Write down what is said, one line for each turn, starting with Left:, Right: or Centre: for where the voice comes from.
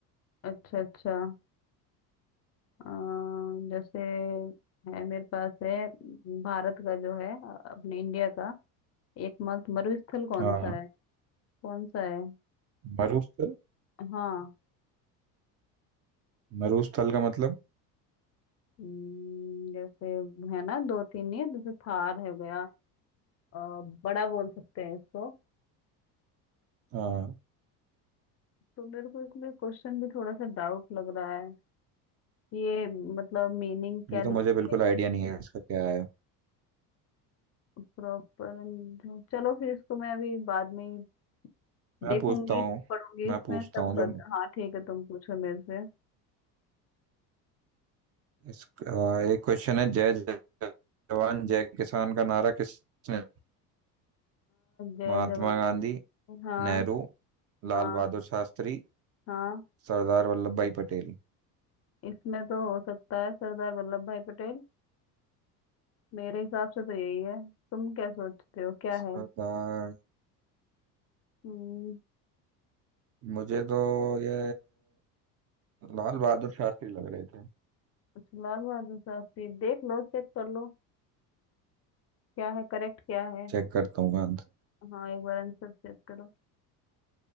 Left: अच्छा अच्छा अम, जैसे है मेरे पास है अम, भारत का जो है अ, अपने इंडिया का एकमात्र मरुस्थल कौन
Right: हाँ
Left: सा है कौन सा है
Right: मरुस्थल
Left: हाँ
Right: मरुस्थल का मतलब
Left: हम्म, जैसे है ना दो तीन ही है, जैसे थार हो गया अ, बड़ा बोल सकते हैं इसको
Right: हाँ
Left: तो मेरे को इसमें क्वेश्चन भी थोड़ा सा डाउट लग रहा है ये मतलब मीनिंग क्या
Right: ये
Left: लिखी
Right: तो मुझे बिल्कुल
Left: है
Right: आइडिया नहीं है इसका क्या है
Left: प्रॉपर चलो फिर इसको मैं अभी बाद में ही
Right: मैं
Left: देखूंगी
Right: पूछता हूँ
Left: पढ़ूंगी
Right: मैं
Left: इसमें
Right: पूछता
Left: तब
Right: हूँ जो
Left: कर हाँ ठीक है तुम पूछो मेरे से अ,
Right: इसका एक क्वेश्चन है जय जवान जय किसान का नारा किसने
Left: जय
Right: महात्मा
Left: जवान
Right: गांधी
Left: हाँ
Right: नेहरू लाल
Left: हाँ
Right: बहादुर शास्त्री
Left: हाँ
Right: सरदार वल्लभ भाई पटेल
Left: इसमें तो हो सकता है सरदार वल्लभ भाई पटेल मेरे हिसाब से तो यही है तुम क्या सोचते हो क्या
Right: सरदार
Left: है हम्म
Right: मुझे तो ये लाल बहादुर शास्त्री लग रहे थे
Left: अच्छा, लाल बहादुर शास्त्री देख लो चेक कर लो क्या है करेक्ट क्या है
Right: चेक करता हूँ मैं।
Left: हाँ एक बार आंसर चेक करो